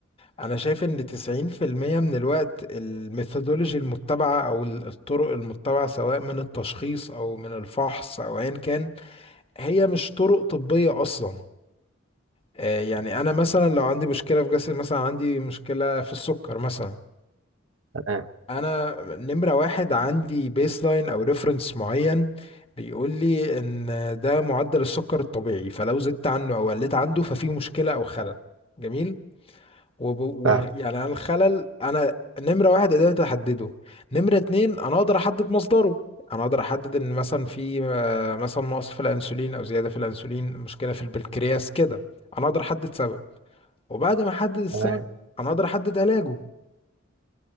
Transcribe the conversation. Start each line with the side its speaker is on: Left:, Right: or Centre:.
Left: انا شايف ان 90% من الوقت الميثودولوجي المتبعه او ال- الطرق المتبعه سواء من التشخيص او من الفحص او ايا كان هي مش طرق طبيه اصلا آه، يعني انا مثلا لو عندي مشكله في جسد مثلا عندي مشكله في السكر مثلا
Right: تمام
Left: انا نمرة واحد عندي بيس لاين او ريفرنس معين بيقول لي ان ده معدل السكر الطبيعي فلو زدت عنه او قلت عنده ففي مشكلة او خلل جميل وب... وال...
Right: فاهم
Left: يعني انا الخلل انا نمرة واحد قدرت احدده نمرة اتنين انا اقدر احدد مصدره انا اقدر احدد ان مثلا في آه، مثلا نقص في الانسولين او زيادة في الانسولين مشكلة في البنكرياس كده انا اقدر احدد سبب وبعد ما احدد السبب
Right: تمام
Left: انا اقدر احدد علاجه